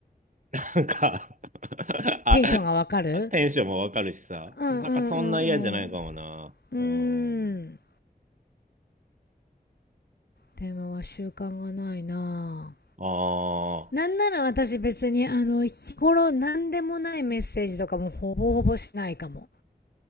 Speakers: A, on the right (about 50°); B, on the left (about 80°).
A: なんか <laughs> あ、
B: テンションがわかる
A: テンションもわかるしさ。
B: うんうんうんうん。
A: なんかそんな嫌じゃないかもな。
B: うー
A: うん。
B: ん。電話は習慣がないな
A: ああ、
B: ぁ。なんなら私別にあの日頃何でもないメッセージとかもほぼほぼしないかも。